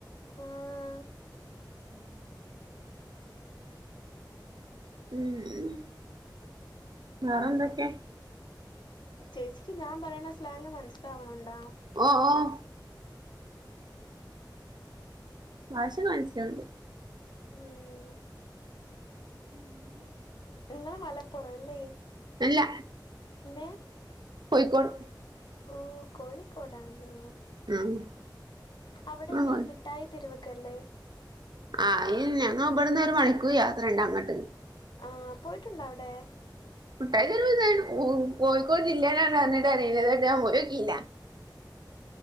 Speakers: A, on the left (about 70°); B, on the right (about 65°).
A: ആഹ്
B: ഉം ഉം ഉം വേറെ എന്തൊക്കെ
A: ചേച്ചിക്ക് ഞാൻ പറയ്ണ സ്ലാങ് മനസ്സിലാവുണുണ്ടാ?
B: ഓഹ് ഓഹ് ഭാഷൊക്ക മനസ്സിലാവ്ണ്ട്
A: ഉം
B: ഉം
A: നിങ്ങള് മലപ്പുറം വല്ലേ
B: ഇല്ല
A: പിന്നെ
B: കോഴിക്കോട്
A: ഓഹ് കോഴിക്കോടാണല്ലേ
B: ആഹ്
A: അവിടല്ലേ
B: ആഹ്
A: ഈ മി ട്ടായി തെരുവൊക്കെ ഇള്ളേ
B: ആഹ് ഇ ഞങ്ങ ബ്ടുന്നൊരു മണിക്കൂർ യാത്ര ഇണ്ട് അങ്ങട്ട്
A: ആഹ് പോയിട്ടുണ്ടോ അവടെ
B: മിഠായി തെരുവ്ന്നറയണേ കോ കോഴിക്കോട് ജില്ലേലാണ് റഞ്ഞിട്ട് കാര്യല്ല്യ ഞാൻ <unintelligible> പോയോക്കില്ല